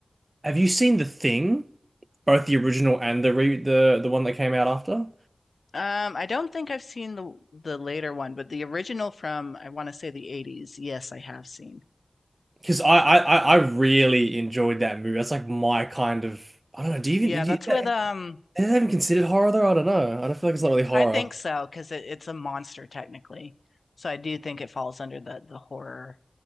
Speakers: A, on the right; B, on the left.
A: have you seen The Thing, both the original and the re the the one that came out after?
B: Um, I don't think I've seen the the later one, but the original from I want to say the 80s. Yes, I have seen.
A: Because I, I I I really enjoyed that movie. That's like my kind of I don't know. Do you
B: Yeah,
A: even do
B: that's
A: you, Is that
B: with um
A: even considered horror though? I don't know. I don't feel like it's not really horror
B: I think so because it, it's a monster technically. So I do think it falls under the the horror